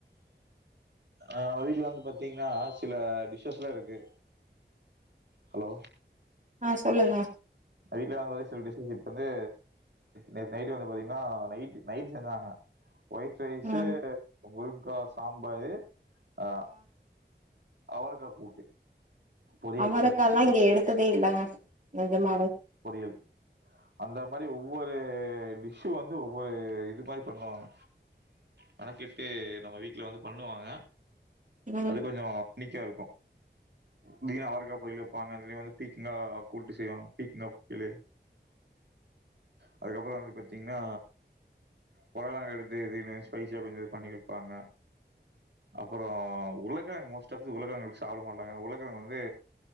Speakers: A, on the right; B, on the right.
A: அ வீட்ல வந்து பாத்தீங்னா சில டிஷஸ்லா இருக்கு ஹலோ
B: ஆ சொல்லுங்க
A: நைட்ல நாங்க சில டிஷஸ் இப்ப வந்து நேத் நைட் வந்து பாத்தீங்னா நைட் நைட் செஞ்சாங்க வைட் ரைஸு
B: ம்
A: <unintelligible> க சாம்பாரு ஆ அவரக்கா கூட்டு பொரியல்.
B: அவரக்கல்லா
A: சரி, இந்த
B: இங்க எடுத்ததேல்லங்க நெஜமாவே
A: பொரியல் அந்த மாரி ஒவ்வொரு டிஷ்ஷு வந்து ஒவ்வொரு இது மாரி பண்ணுவாங்க மெனக்கிட்டு நம்ம வீட்ல வந்து பண்ணுவாங்க
B: ம்
A: அது கொஞ்சோ னிக்காருக்கூ திடீனு அவரக்கா பொரியல் வெப்பாங்க வந்து பீக்கங்கா கூட்டு செய்வாங்க பீக்கங்கா பொயலு அதுக்கப்றோ வந்து பாத்தீங்னா பொடலங்கா எடுத்து எதயுமே ஸ்பைசியா கொஞ்சோ இது பண்ணி வப்பாங்க அப்றோ உளகெழங்க மோஸ்ட் ஆஃப் உளகெழங்கு சாப்ட மாட்டாங்க உளகெழெங்கு வந்து